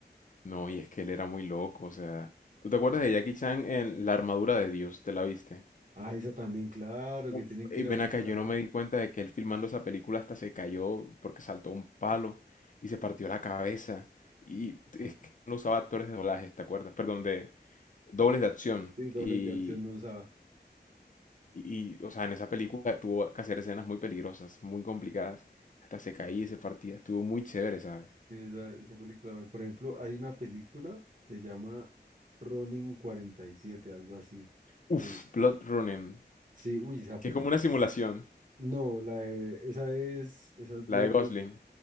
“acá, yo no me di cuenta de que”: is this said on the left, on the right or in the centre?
Left